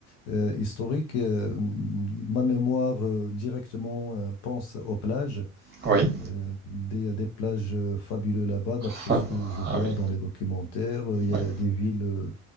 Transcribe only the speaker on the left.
euh, historiques, euh, ma mémoire euh, directement euh, pense aux plages.
Euh, des, des plages euh, fabuleuses là-bas, d'après
ce que je vois
dans les documentaires. Euh, Il y
a des villes euh,